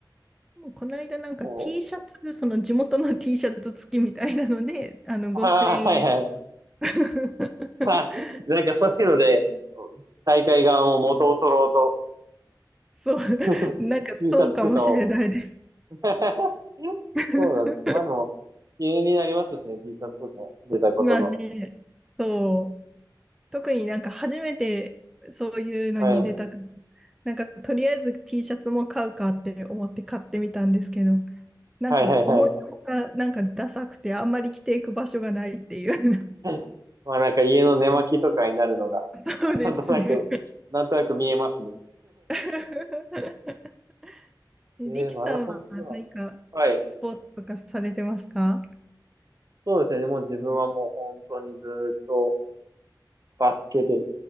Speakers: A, in the centre; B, on the right (about 50°).
A: この間なんか
B: お
A: T シャツ、その地元の T シャツ付きみたいなので、あの5000円
B: ああ、はいはい。
A: <laughs>
B: あ、なんかそういうので、大会側も元を取ろうと、
A: そう、
B: <laughs>
A: なんかそうかもしれないです。
B: 印刷とかを <laughs>
A: <laughs>
B: そうなんですよ。まあの、気になりますしね、T シャツとか出たことの。
A: まあね、そう、特になんか初めてそういうのに出たから、
B: はい。
A: なんかとりあえず T シャツも買うかって思って買ってみたんですけど、なんか思いのほかなんかダサくてあんまり着ていく場所がないっていう。
B: はいはいはい。<laughs> まあなんか家の寝巻きとかになるのが、
A: <laughs> そうですね。
B: なんとなく、なんとなく見えますね。
A: <laughs> リキさんは何かスポーツとかされてますか
B: えー、マラソンか。はい。そうですね。もう自分はもう本当にずっとバスケで